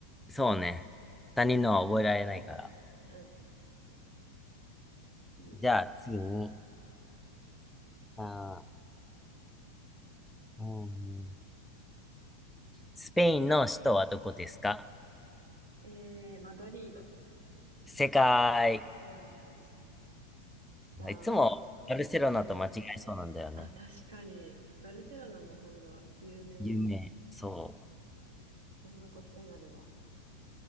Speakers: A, in the centre; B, on the right (about 60°).
A: そうね。他人のは覚えられないから。
B: う。うん、次。
A: じゃあ次に、あー、うん、スペインの首都はどこですか
B: えー、マドリード。
A: 世界。
B: よーし。じゃあ、
A: いつもバルセロナと間違えそうなんだよね。
B: うん。あ、確かに、バルセロナの方が有名
A: 有名。そ
B: それはごっつになるわ。